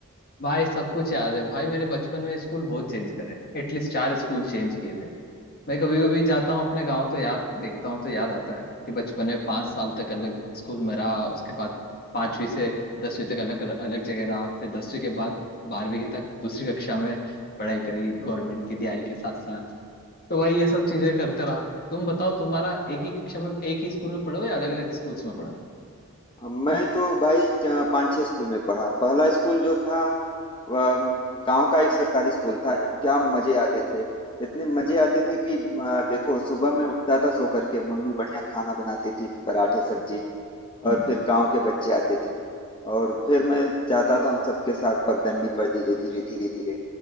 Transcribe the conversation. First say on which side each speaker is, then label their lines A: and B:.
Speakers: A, on the left; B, on the left.
A: भाई सब कुछ याद है भाई मेरे बचपन में स्कूल बहुत चेंज करे एटलीस्ट चार स्कूल चेंज किए थे मैं कभी कभी जाता हूँ अपने गाँव तो याद देखता हूँ तो याद आता है कि बचपन में पाँच साल तक अलग स्कूल में रहा उसके बाद पांचवी से दसवीं तक अलग अलग जगह रहा फिर दसवीं के बाद बारहवीं तक दूसरी कक्षा में पढ़ाई करी गवर्नमेंट की तैयारी के साथ साथ तो भाई ये सब चीजें करते रहा तुम बताओ तुम्हारा एक ही कक्षा में एक ही स्कूल में पढ़े हो या अलग अलग स्कूल्स में पढ़े हो
B: अब मैं तो भाई च- पाँच छह स्कूल में पढ़ा पहला स्कूल जो था वह गांव का एक सरकारी स्कूल था क्या मजे आते थे इतने मजे आते थे कि आ, देखो सुबह में उठता था सो करके मम्मी बढ़िया खाना बनाती थी पराठे
A: हम्म,
B: सब्जी
A: हम्म
B: और फिर गांव के बच्चे आते थे और फिर मैं जाता था उन सबके साथ पगडंडी पर धीरे धीरे धीरे धीरे